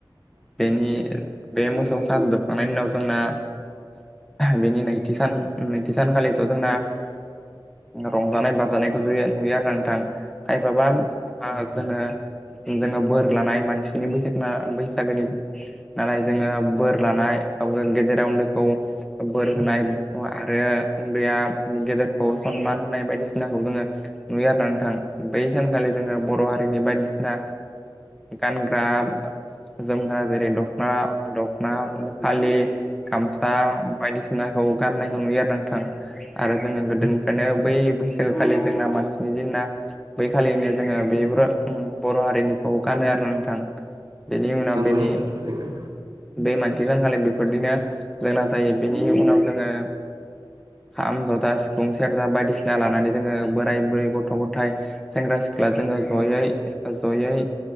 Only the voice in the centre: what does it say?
बेनि बे मोसौ सान जोबखांनायनि उनाव जोंना बेनि नैथि सान नैथि सानखालिथ' जोंना रंजानाय बाजानाय जानायखौ नुयो आरो नोंथां खायफाबा जोङो जोङो बोर लानाय मानसिनि बैसाग बैसागोनि नालाय जोङो बोर लानाय गेदेरा उन्दैखौ बोर होनाय आरो उन्दैया गेदेरखौ सनमान होनाय बायदिसिनाखौ जोङो नुयो आरो ना नोंथां बै सानखालि जोङो बर' हारिनि बायदिसिना गानग्रा जोम जेरै दख'ना दख'ना फालि गामसा बायदिसिनाखौ गाननाय नुयो आरो नोंथां आरो जोङो गोदोनिफ्रायनो बै बैसागोखालि जोंना मानसिनि दिना बैखालिनो जोङो बेफोर बर' हारिनिखौ गानो आरो नोंथां बेनि उनाव
बेनि
बे मानसि गानखालि बेफोरदिनो गोंऐ जायो बेनिनि उनाव जोङो खाम जथा सिफुं सेरजा बायदिसिना लानानै जोङो बोराय बुरै गथ' गथाय सेंग्रा सिख्ला जोङो जयै जयै